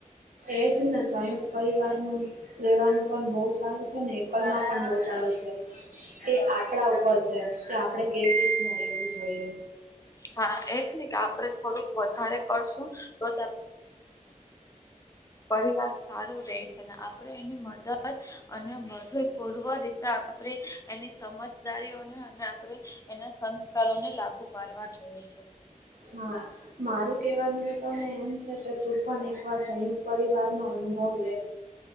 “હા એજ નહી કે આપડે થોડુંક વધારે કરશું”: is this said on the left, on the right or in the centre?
Left